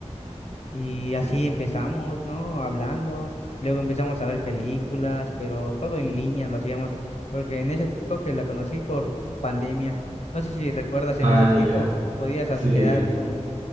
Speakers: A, on the left; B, on the right.
A: Y
B: Sí.
A: así empezamos, ¿no? Hablando. Luego empezamos a ver películas, pero todo en línea lo hacíamos, porque en ese creo que la conocí por pandemia. No sé si recuerdas en
B: Ah,
A: ese tiempo,
B: ya.
A: podías
B: Sí.
A: as- crear como,